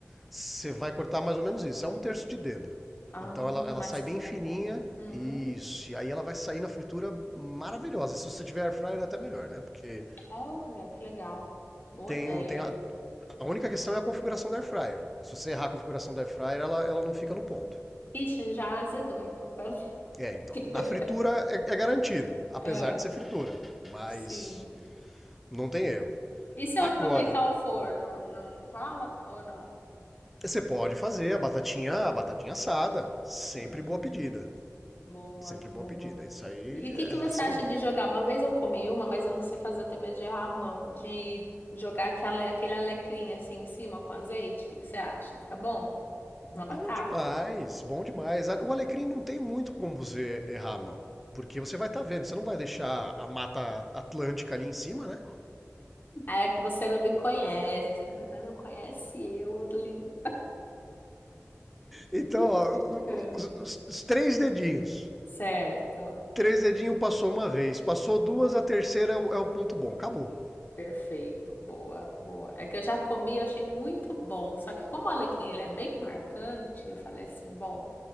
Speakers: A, in the centre; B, on the left (about 40°).
A: você vai cortar mais ou menos isso. É um terço de dedo.
B: ah,
A: Então ela, ela
B: mais
A: sai
B: fina
A: bem fininha.
B: um pouco. Hum,
A: Isso. E aí ela vai sair na fritura maravilhosa. Se você tiver air fryer, é até melhor, né? Porque
B: olha, que legal. Boa
A: tem,
B: ideia.
A: o- tem a, a única questão é a configuração da air fryer. Se você errar a configuração da air fryer, ela, ela não fica no ponto.
B: Ixi, já azedou, então. Pera aí.
A: É, então.
B: <laughs>
A: Na fritura é, é garantido, apesar
B: Ah,
A: de ser fritura. Mas
B: sim.
A: não tem erro.
B: E se
A: Agora,
B: eu aproveitar o forno, não rola t- ou não?
A: você pode fazer a batatinha, a batatinha assada. Sempre
B: Hum,
A: boa pedida.
B: boa,
A: Sempre boa
B: boa.
A: pedida. Isso aí
B: E o que
A: é,
B: que você
A: é sem
B: acha
A: dúvida.
B: de jogar? Uma vez eu comi uma, mas eu não sei fazer, eu tenho medo de errar a mão, de jogar aquela, aquele alecrim assim em cima com azeite. O que que você acha? Fica bom
A: Bom
B: na batata?
A: demais, bom demais. O alecrim não tem muito como você errar a mão. Porque você vai estar vendo, você não vai deixar a mata atlântica ali em cima, né?
B: Ah, É que você não me conhece, <laughs> você não conhece eu, eu não ligo.
A: Então,
B: assim.
A: ó,
B: É.
A: os, os- os três dedinhos.
B: Certo,
A: Três dedinhos passou uma vez, passou duas, a terceira é o, é o ponto bom. Acabou.
B: perfeito, boa, boa. É que eu já comi, eu achei muito bom, só que como o alecrim ele é bem marcante, eu falei assim, bom.